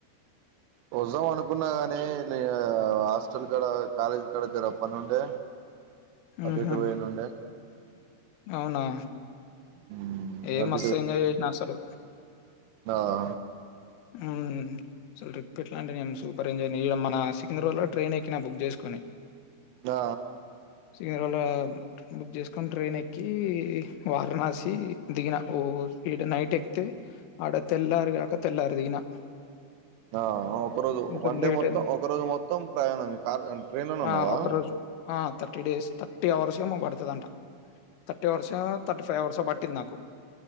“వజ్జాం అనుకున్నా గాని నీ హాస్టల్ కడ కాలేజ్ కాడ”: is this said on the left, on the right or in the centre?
Right